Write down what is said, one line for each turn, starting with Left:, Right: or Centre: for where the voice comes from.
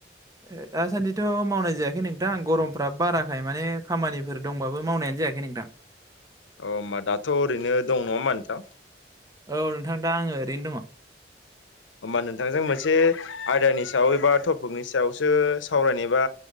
Right: ओ दासान्दिथ' मावनाय जायाखै नोंथां गरमफ्रा बाराखाय माने खामानिफोर दंबाबो मावनायानो जायाखै नोंथां।
Left: अ होमबा दाथ' ओरैनो दं नङा होमबा नोंथां
Right: औ नोंथां दा आङो ओरैनो दङ।
Left: होमबा नोंथांजों मोनसे आयदानि सायाव एबा टपिकनि सायावसो सावरायनो एबा